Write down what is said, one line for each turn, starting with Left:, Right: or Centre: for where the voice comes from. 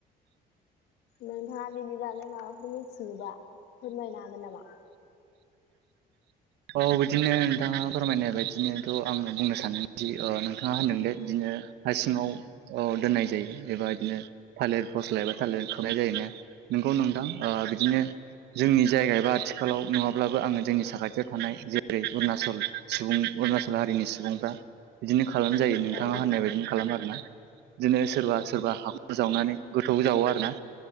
Left: नोंथाङा बिनि बागै माबाफोर मिथियोबा फोरमायनो हागोन नामा?
Right: औ बिदिनो नोंथाङा फोरमायनाय बायदिनोथ' आङो बुंनो सानोदि नोंथाङा होनदोंले बिदिनो हारसिङाव दोननाय जायो एबा बिदिनो थालिर फस्ल एबा खौनाय जायो नंगौ नोंथां बिदिनो जोंनि जायगा ए बा आथिखालाव नङाब्लाबो आङो जोंनि थानाय जेरै अरुणचल सुबुं अरुणचल हारिनि सुबुंफ्रा बिदिनो खालाम जायो नोंथाङा
Left: औ
Right: होननाय बायदिनो खालामो आरोना। बिदिनो सोरबा-सोरबा हाब जावनानै गोथौ जावो आरो ना।